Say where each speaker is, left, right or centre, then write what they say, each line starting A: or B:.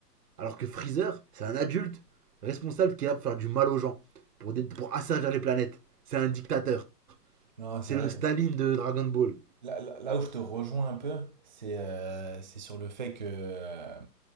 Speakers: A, on the right; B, on the right.
A: Alors que Freezer, c'est un adulte responsable qui est là pour faire du mal aux gens, pour, dé- pour asservir les planètes. C'est un dictateur.
B: Non,
A: C'est
B: c'est vrai.
A: le Staline
B: mais c'est-
A: de Dragon Ball.
B: Là, là- là où je te rejoins un peu, c'est euh, c'est sur le fait que euh,